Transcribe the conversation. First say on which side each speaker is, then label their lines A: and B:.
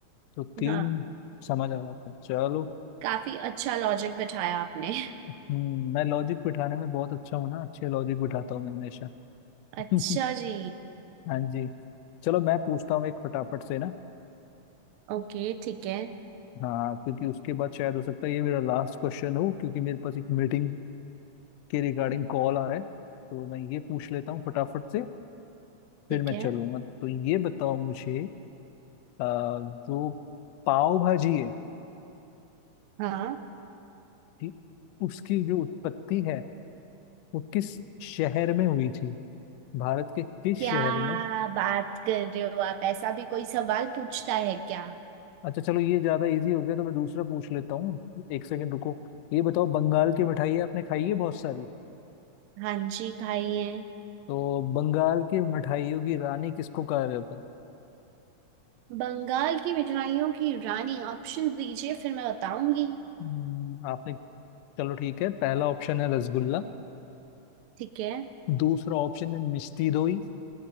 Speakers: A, on the left (about 80°); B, on the right (about 75°).
A: तो तीन
B: हाँ
A: समझ आ रहा था चलो
B: काफी अच्छा लॉजिक बिठाया आपने
A: हम्म, मैं लॉजिक बिठाने में बहुत अच्छा हूँ ना अच्छे लॉजिक बिठाता हूँ मैं हमेशा
B: <laughs> अच्छा
A: <laughs>
B: जी
A: हाँ जी चलो मैं पूछता हूँ एक फटाफट से ना
B: ओके ठीक है
A: हाँ क्योंकि उसके बाद शायद हो सकता है ये मेरा लास्ट क्वेश्चन हो क्योंकि मेरे पास एक मीटिंग के रिगार्डिंग कॉल आ रहा है तो मैं ये पूछ लेता हूँ फटाफट से फिर
B: ठीक
A: मैं
B: है
A: चलूंगा तो ये बताओ मुझे अ, जो पाव भाजी है
B: हाँ
A: थी उसकी जो उत्पत्ति है वो किस शहर में हुई थी भारत के किस
B: क्या
A: शहर में
B: बात कर रहे हो आप ऐसा भी कोई सवाल पूछता है क्या
A: अच्छा चलो ये ज्यादा इजी हो गया तो मैं दूसरा पूछ लेता हूँ एक सेकंड रुको ये बताओ बंगाल की मिठाइयाँ आपने खाई है बहुत सारी
B: हाँ जी खाइए
A: तो बंगाल की मिठाइयों की रानी किसको कहा जाता है
B: बंगाल की मिठाइयों की रानी ऑप्शन दीजिए फिर मैं बताऊंगी
A: हम्म, आपने चलो ठीक है पहला ऑप्शन है रसगुल्ला
B: ठीक है
A: दूसरा ऑप्शन है मिष्टी दोई